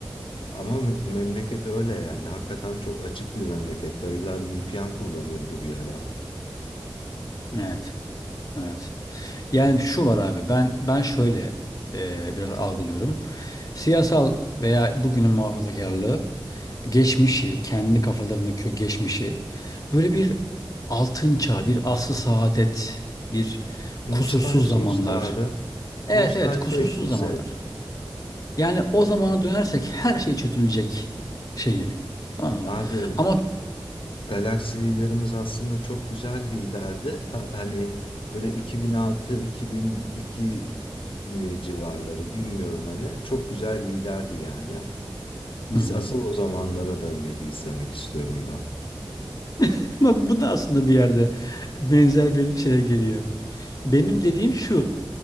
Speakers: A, on the left (about 80°); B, on the left (about 40°).
A: Ama me- memleket öyle yani. Hakikaten çok açık bir memleket. Dayılar VPN kullanıyordu bir ara.
B: Evet. Evet. Yani şu var abi ben ben şöyle e, biraz algılıyorum. Siyasal veya bugünün muhafazakarlığı geçmişi, kendi kafalarındaki o geçmişi böyle bir altın çağ, bir asr-ı saadet, bir
A: Nostalji
B: kusursuz zamanlar.
A: işte abi.
B: Evet
A: Nostalji
B: evet kusursuz
A: etkisi
B: zamanlar.
A: hep.
B: Yani o zamana dönersek her şey çözülecek şeyi. Tamam mı?
A: Abi
B: Ama
A: Galaxy liderimiz aslında çok güzel liderdi. Ta- hani böyle 2006-2002 mi civarları bilmiyorum hani. Çok güzel liderdi yani. Biz
B: Hı hı.
A: asıl o zamanlara dönmeli izlemek istiyorum ben.
B: <laughs> bak bu da aslında bir yerde benzer bir şeye geliyor. Benim dediğim şu.